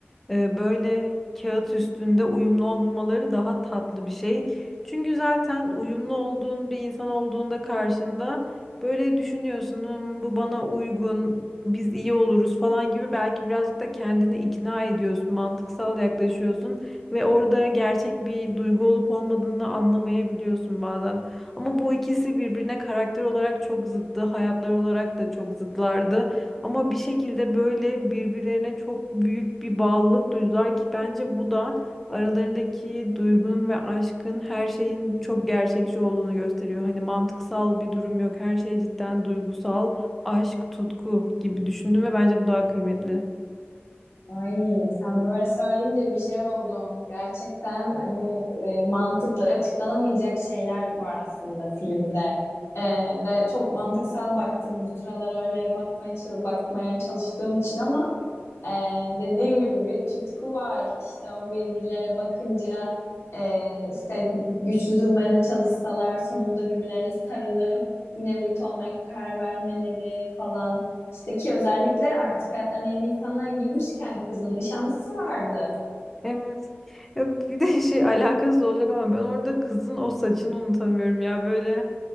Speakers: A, in the centre; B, on the left (about 75°).
A: e, böyle kağıt üstünde uyumlu olmamaları daha tatlı bir şey. Çünkü zaten uyumlu olduğun bir insan olduğunda karşında böyle düşünüyorsun, "Hmm, bu bana uygun, biz iyi oluruz falan gibi belki birazcık da kendini ikna ediyorsun, mantıksal yaklaşıyorsun ve orada gerçek bir duygu olup olmadığını anlamayabiliyorsun bazen. Ama bu ikisi birbirine karakter olarak çok zıttı, hayatlar olarak da çok zıtlardı. Ama bir şekilde böyle birbirlerine çok büyük bir bağlılık duydular ki bence bu da aralarındaki duygunun ve aşkın her şeyin çok gerçekçi olduğunu gösteriyor. Hani mantıksal bir durum yok. Her şey cidden duygusal, aşk, tutku gibi düşündüm ve bence bu daha kıymetli.
B: Ay sen böyle söyleyince bir şey oldu. Gerçekten hani e, mantıkla açıklanamayacak şeyler var aslında filmde. E, ve çok mantıksal baktım. Bu sıralar öyle bakmaya, çal- bakmaya çalıştığım için ama Ee, dediğin gibi bir tutku var. İşte o birbirlerine bakınca e, işte güçlü durmaya da çalışsalar sonunda birbirlerine sarılıp yine birlikte olmaya karar vermeleri falan. İşte ki özellikle artık hayatlarına yeni insanlar girmişken kızın nişanlısı vardı.
A: Evet. Ya bir de <laughs> şey alakasız olacak ama ben orada kızın o saçını unutamıyorum ya böyle